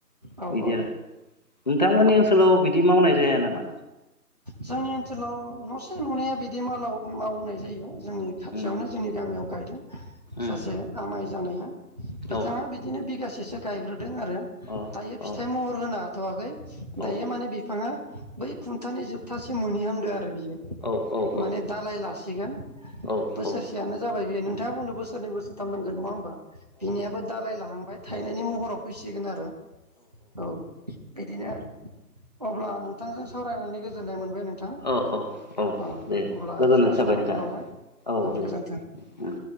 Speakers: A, on the right (about 25°); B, on the left (about 25°).
A: औ
B: बिदि
A: औ
B: नोंथांमोननि ओनसोलाव
A: औ
B: बिदि मावनाय जाया नामा?
A: जोंनि ओनसोलाव न'से न'नैया बिदि मावनाय जायो। जोंनि खाथियावनो
B: उम
A: जोंनि गामियाव गायदों सासे
B: उम
A: आमाइ जानायहा बिथाङा
B: औ
A: बिदिनो बिगासे सो गायग्रो दों आरो
B: अ
A: दायो
B: अ
A: फिथाइ महर होनो हाथ'वाखै दायो
B: औ
A: माने बिफाङा बै खुन्थानि जोबथासे मोनहैहांदो आरो बियो
B: औ औ
A: माने दालाय लासिगोन।
B: औ
A: बोसोरसेयानो जाबाय बेयो नोंथाङा बुंदो बोसोरनै बोसोरथाम नांगोन होमबा बिनियाबो दालाय लाहांबाय थायनायनि महराव फैसिगोन आरो। औ बिदिनो आरो अब्ला नोंथांजों सावरायनानै गोजोननाय मोन बाय नोंथां
B: औ औ
A: अ
B: दे
A: अब्ला
B: गोजोननाय
A: जोंना
B: थाबाय
A: समाबो
B: नोंथां
A: लावबाय
B: औ दे
A: गोजोन्थों।
B: उम